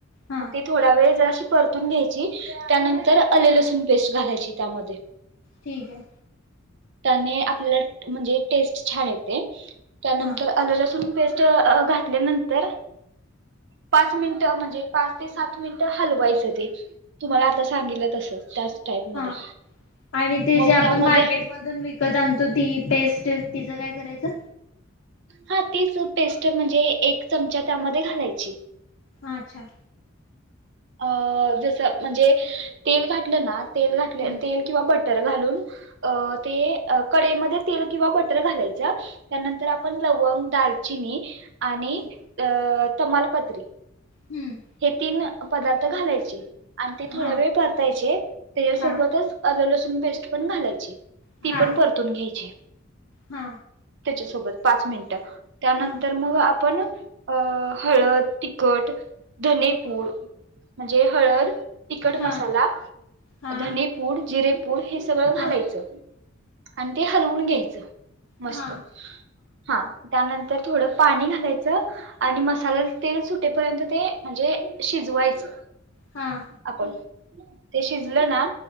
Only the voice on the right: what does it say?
म ते थोडा वेळ जराशी परतून घ्यायची त्यानंतर आले लसूण पेस्ट घालायची त्यामध्ये.
त्याने आपल्याला म्हणजे टेस्ट छान येते. त्यानंतर
आलं लसूण पेस्ट घातल्यानंतर पाच मिनिट म्हणजे पाच ते सात मिनिटं हलवायचं ते तुम्हाला आता सांगितलं तसंच त्याच टाईपमध्ये
मग
त्यामध्ये
हा तीच पेस्ट म्हणजे एक चमचा त्यामध्ये घालायची.
अ जस म्हणजे तेल घातलं ना तेल घातलं
तेल किंवा बटर बटर घालून ते कडई मध्ये तेल किंवा बटर घालायचं त्यानंतर आपण लवंग दालचिनी आणि
अ तमालपत्री
हे तीन पदार्थ घालायची. आणि ते
थोड्या वेळ परतायचे त्याच्यासोबतच
आल लसुण पेस्ट पण घालायची
ती पण परतून घ्यायची.
त्याच्यासोबत पाच मिनिटं त्यानंतर
मग आपण अ हळद तिकट धने पुड म्हणजे हळद, तिकड
मसाला,
धनेपूड, जिरेपूड हे सगळं घालायचं.
आणि ते हालवून घ्यायचं. मस्त
हा. त्यानंतर थोडं पाणी घालायचं, आणि मसाल्याल तेल सुटेपर्यंत ते म्हणजे शिजवायचं
आपण. ते शिजलं ना,